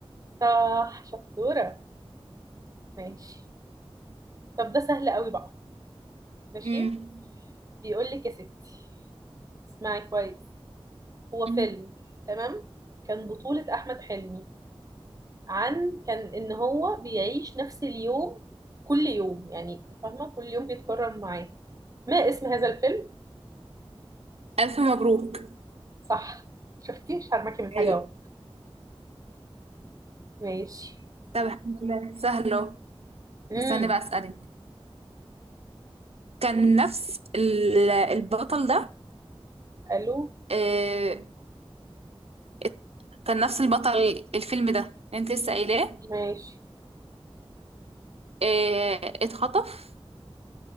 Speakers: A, on the right; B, on the right.
A: صح شطوره ماشي طب ده سهل قوي بقى ماشي
B: امم
A: بيقول لك يا ستي اسمعي كويس هو
B: مم.
A: فيلم تمام كان بطولة أحمد حلمي عن كان ان هو بيعيش نفس اليوم كل يوم يعني فاهمه كل يوم بيتكرر معاه ما اسم هذا الفيلم
B: ألف مبروك
A: صح شفتي مش هرمكي من
B: ايوه
A: حاجه اهو ماشي
B: طب الحمد لله سهلة
A: امم
B: استني بقى أسألك كان نفس ال- البطل ده
A: الو
B: آه، ات- كان نفس البطل الفيلم ده اللي انت لسه قايلاه
A: ماشي
B: آه، اتخطف